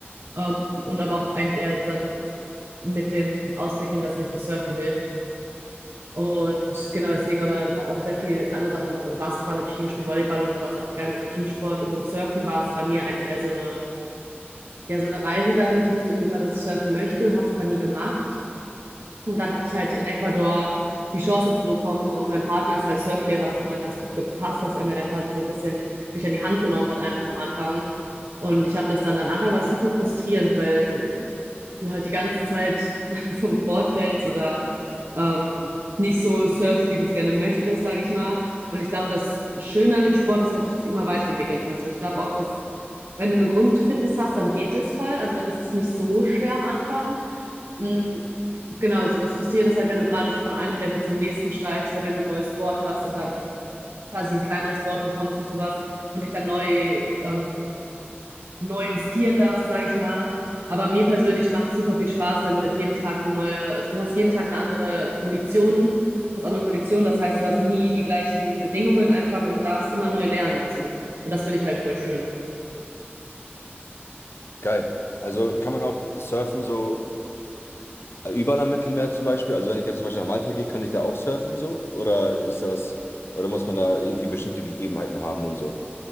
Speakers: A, on the right; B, on the left.
A: Ähm, und aber auch eigentlich eher dann mit dem Ausblick hin, dass mir für Surfen hilft. Und genau deswegen, aber habe auch sehr viel andere Sachen gemacht. Also Basketball habe ich viel gespielt, Volleyball und sowas auch gerne, so Teamsport. Und mit dem Surfen war es bei mir eigentlich eher so eine, ja, so eine Reise dahin. Ich wusste irgendwie immer, dass ich surfen möchte und habe es aber nie gemacht. Und dann habe ich halt in Ecuador die Chance dazu bekommen und mein Partner ist halt Surflehrer. Das hat dann ganz gut gepasst, dass er mir dann quasi so ein bisschen mich an die Hand genommen hat, einfach am Anfang. Und ich habe das dann, am Anfang war es super frustrierend, weil du halt die ganze Zeit <laughs> vom Board fällst oder ähm, nicht so surfst, wie du es gerne möchtest, sage ich mal. Und ich glaube, das Schöne an dem Sport ist halt, dass du dich immer weiterentwickeln kannst. Und ich glaube auch, dass wenn du eine Grundfitness hast, dann geht es voll. Also dann ist es nicht so schwer am Anfang. Mm, Genau, so das Frustrierende ist halt, wenn du gerade so von einem Level zum nächsten steigst oder wenn du ein neues Board hast und dann quasi ein kleineres Board bekommst und sowas und dich dann neu ähm, neu justieren darfst, sage ich mal. Aber mir persönlich macht es super viel Spaß, weil du halt jeden Tag eine neue, also du hast jeden Tag eine andere Kondition, hast andere Konditionen, das heißt, du hast nie die gleichen Bedingungen einfach und darfst immer neu lernen dazu. Und das finde ich halt voll schön.
B: Geil. Also kann man auch surfen so äh, überall am Mittelmeer zum Beispiel? Also wenn ich jetzt zum Beispiel nach Malta gehe, könnte ich da auch surfen so? Oder ist das, oder muss man da irgendwie bestimmte Gegebenheiten haben und so?